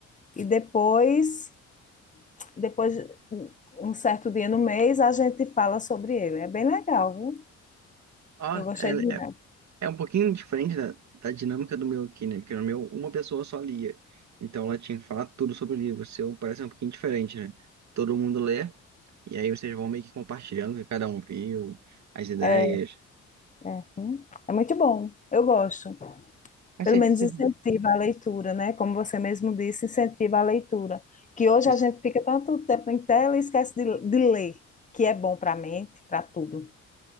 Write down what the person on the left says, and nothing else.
e depois, depois um um certo dia no mês a gente fala sobre ele. É bem legal, viu?
Eu gostei
de ler.
É, é, hum, é muito bom. Eu gosto.
Pelo
menos
incentiva a leitura, né? Como você mesmo disse, incentiva a leitura. Que hoje
a gente fica tanto tempo em tela e esquece de, de ler, que é bom para a mente, para tudo.